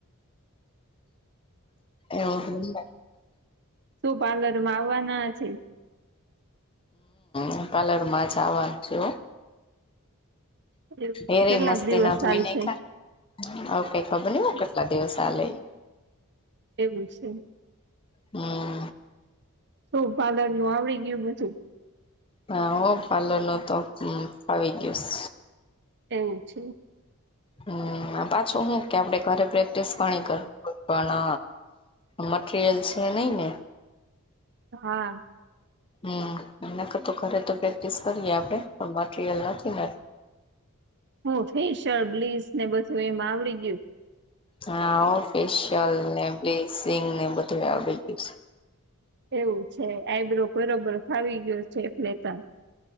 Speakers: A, on the left; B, on the right.
A: એવું હે એમને.
B: શું પાર્લર માં આવાના છે.
A: હું પાર્લર મા આજ આવાની છું હો.
B: એવું
A: એને
B: કેટલાક
A: મસ્તી
B: દિવસ
A: ના ધોઈ
B: હાલ
A: નાઇખા
B: છે
A: હવે કઈ ખબર નઈ હો કેટલા દિવસ હાલે ઈ.
B: એવું છે.
A: હમ્મ.
B: શું પાર્લર નું આવડી ગ્યું બધું.
A: હા હો પાર્લર નું તો હમ્મ ફાવી ગ્યુંસ.
B: એવું છે.
A: હમ્મ પાછો હું કે આપડે ઘરે પ્રેક્ટિસ ઘણી કર પણ. મટરિયલ છે નઈ ને.
B: હા.
A: હમ નકર તો ઘરે તો પ્રેક્ટિસ કરીએ આપડે પણ મટીરિયલ નથી ને.
B: હું ફેેશિયલ બ્લીચ ને બધું એમ આવડી ગયું.
A: હા ફેશિયલ ને બ્લીસિંગ ને બધું આવડી ગયું છે.
B: એવું છે આઈબ્રો બરોબર ફાવી ગયો છે એટ લેેતા.